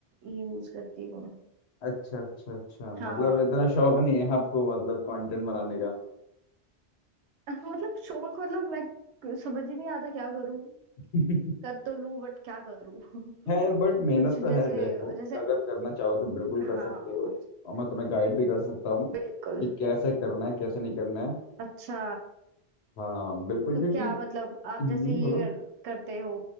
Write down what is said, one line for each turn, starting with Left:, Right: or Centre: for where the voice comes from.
Right: यूज करती हूँ
Left: अच्छा अच्छा अच्छा मतलब
Right: हाँ
Left: इतना शौक नहीं है आपको मतलब कंटेंट बनाने का
Right: <laughs> मतलब शौक मतलब मैं समझ ही नहीं आता क्या करूँ
Left: <laughs>
Right: कर तो लूँ बट क्या करूँ <laughs>
Left: है बट मेहनत
Right: कुछ
Left: तो
Right: जैसे
Left: है देखो
Right: जैसे
Left: अगर करना चाहो तो बिल्कुल कर
Right: हाँ
Left: सकते हो और मैं तुम्हें गाइड भी कर सकता हूँ
Right: बिल्कुल
Left: कि कैसे करना है कैसे नहीं करना है
Right: अच्छा
Left: हाँ बिल्कुल
Right: तो
Left: क्योंकि
Right: क्या मतलब आप
Left: हम्म
Right: जैसे ये
Left: बोलो
Right: कर, करते हो